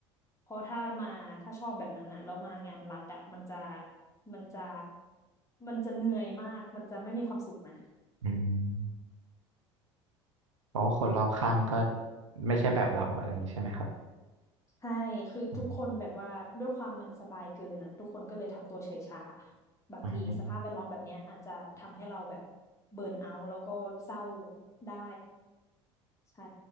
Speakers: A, on the left; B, on the right.
A: เพราะถ้ามาถ้าชอบแบบนั้นอ่ะแล้วมางานรัฐอ่ะมันจะมันจะมันจะเหนื่อยมากมันจะไม่มีความสุขนะ
B: อืมเพราะว่าคนรอบข้างก็ไม่ใช่แบบเราอะไรอย่างนี้ใช่ไหมครับ
A: ใช่คือทุกคนแบบว่าด้วยความมันสบายเกินอ่ะทุกคนก็เลยทำตัวเฉยชา
B: อืม
A: บางทีสภาพแวดล้อมแบบเนี้ยอาจจะทำให้เราแบบ
B: อืม
A: เบิร์นเอาท์แล้วก็เศร้าได้ใช่